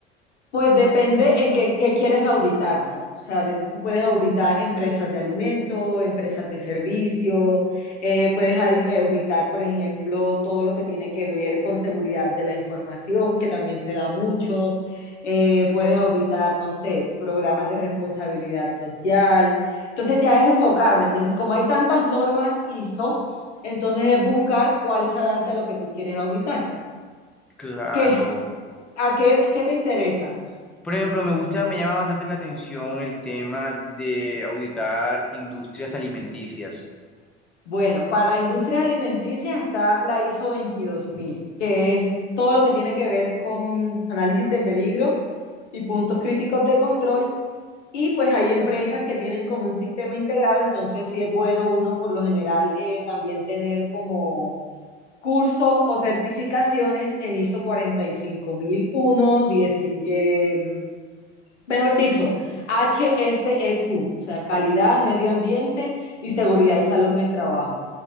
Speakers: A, on the left; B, in the centre.
A: Pues depende en qué, qué quieres auditar, ¿no? O sea, de- tú puedes auditar empresas de alimento, empresas de servicio, eh, puedes au- auditar, por ejemplo, todo lo que tiene que ver con seguridad de la información, que también se da mucho. Eh, puedes auditar, no sé, programas de responsabilidad social. Entonces ya es enfocar, ¿me entiendes? Como hay tantas normas ISO, entonces es buscar cuál se adapta a lo que tú quieres auditar.
B: Claro.
A: ¿Qué? ¿A qué, qué te interesa?
B: Por ejemplo, me gusta, me llama bastante la atención el tema de auditar industrias alimenticias.
A: Bueno, para industrias alimenticias está la ISO 22000, que es todo lo que tiene que ver con análisis de peligro y puntos críticos de control. Y pues hay empresas que tienen como un sistema integrado, entonces sí es bueno uno por lo general eh, también tener como cursos o certificaciones en ISO 45001, 10, eh, mejor dicho, HSEQ, o sea, calidad, medio ambiente y seguridad y salud en el trabajo.